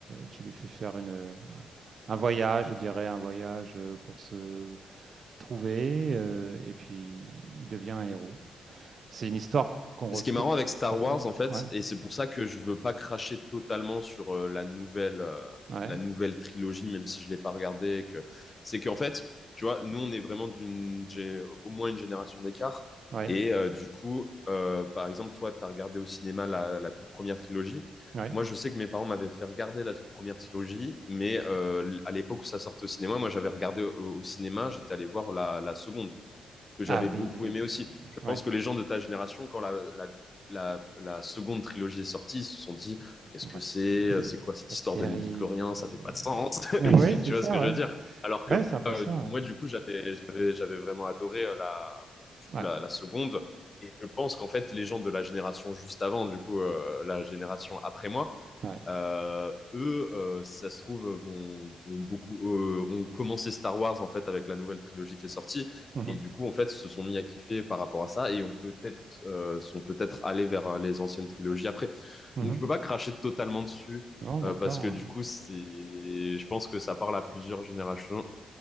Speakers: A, on the right; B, on the left.
A: tu lui fais faire une, un voyage, je dirais, un voyage euh, pour se trouver, euh, et puis il devient un héros. C'est une histoire qu'on retrouve
B: Ce qui est marrant avec Star
A: dans.
B: Wars, en fait,
A: Ouais,
B: et c'est pour ça que je veux pas cracher totalement sur euh, la nouvelle, euh,
A: ouais,
B: la nouvelle trilogie, même si je l'ai pas regardée, et que c'est qu'en fait, tu vois, nous, on est vraiment d'une, gé- au moins une génération d'écart.
A: ouais,
B: Et euh, du coup, euh, par exemple, toi, tu as regardé au cinéma la, la toute première trilogie.
A: ouais.
B: Moi, je sais que mes parents m'avaient fait regarder la toute première trilogie, mais euh, à l'époque où ça sortait au cinéma, moi, j'avais regardé au, au cinéma, j'étais allé voir la, la seconde que j'avais
A: Ah oui,
B: beaucoup
A: oui,
B: aimé aussi. Je
A: oui.
B: pense que les gens de ta génération, quand la, la, la, la seconde trilogie est sortie, ils se sont dit qu'est-ce
A: Ouais,
B: que c'est,
A: c'est
B: euh, c'est quoi cette
A: pas
B: histoire
A: terrible.
B: de midi chlorien, ça fait pas de sens. <laughs>
A: Ouais. Oui, c'est
B: tu
A: ça,
B: vois ce que je
A: ouais.
B: veux dire Alors que
A: Ouais,
B: moi,
A: Ouais, c'est un peu ça,
B: euh, du-
A: ouais.
B: moi, du coup, j'avais, j'avais, j'avais vraiment adoré euh, la, du coup,
A: ouais,
B: la, la seconde. Et je pense qu'en fait, les gens de la génération juste avant, du coup, euh, la génération après moi,
A: ouais.
B: euh, eux, euh, si ça se trouve, vont, ont beaucoup, euh, ont commencé Star Wars en fait avec la nouvelle trilogie qui est sortie,
A: Mhm,
B: et du coup en fait se sont mis à kiffer par rapport à ça, et ont peut-être euh, sont peut-être allés vers euh, les anciennes trilogies après.
A: mhm.
B: Donc je peux pas cracher totalement dessus
A: Non, d'accord.
B: euh, parce que du coup c'est, je pense que ça parle à plusieurs générations.